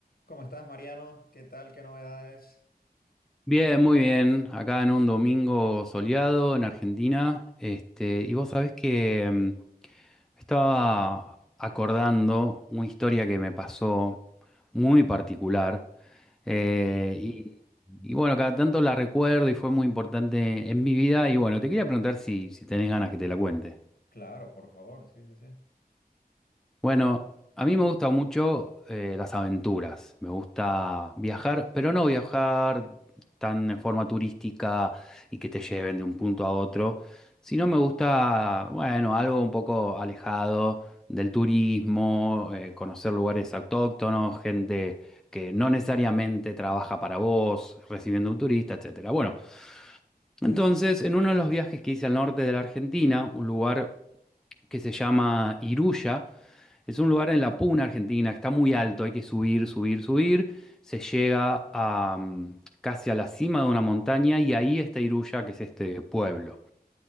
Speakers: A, on the left; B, in the centre.
A: ¿Cómo estás, Mariano? ¿Qué tal? ¿Qué novedades?
B: Bien, muy bien. Acá en un domingo soleado en Argentina. Este, y vos sabés que mm, estaba acordando una historia que me pasó muy particular. Eh,
A: Ujú.
B: y, y bueno, cada tanto la recuerdo y fue muy importante en mi vida. Y bueno, te quería preguntar si, si tenés ganas que te la cuente.
A: Claro, por favor, sí, sí, sí.
B: Bueno, a mí me gustan mucho eh, las aventuras, me gusta viajar, pero no viajar tan en forma turística y que te lleven de un punto a otro, sino me gusta, bueno, algo un poco alejado del turismo, eh, conocer lugares autóctonos, gente que no necesariamente trabaja para vos, recibiendo un turista, etcétera. Bueno, entonces, en uno de los viajes que hice al norte de la Argentina, un lugar que se llama Iruya. Es un lugar en la Puna, Argentina, que está muy alto, hay que subir, subir, subir. Se llega a, mm, casi a la cima de una montaña y ahí está Iruya, que es este pueblo.